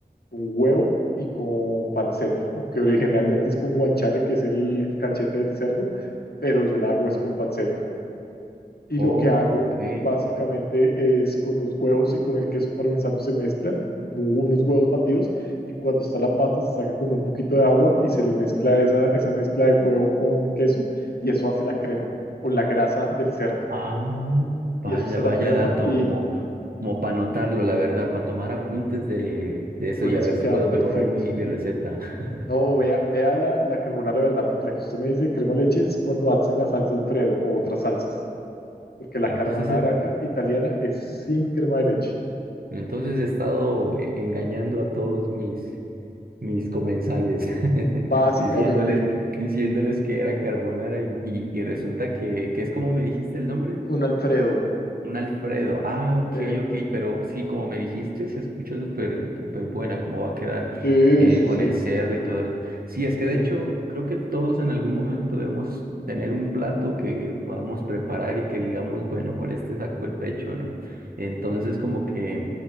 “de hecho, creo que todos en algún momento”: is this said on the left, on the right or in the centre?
Right